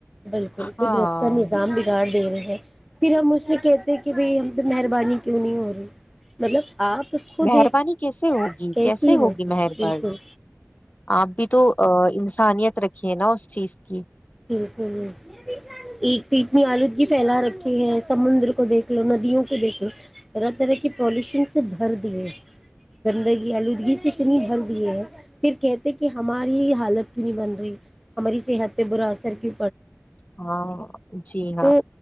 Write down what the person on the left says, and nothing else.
ہاں
مہربانی
کیسے ہوگی
کیسے ہوگی مہرب
آپ بھی تو انسانیت رکھیے نا اس چیز کہ
ہاں جی ہاں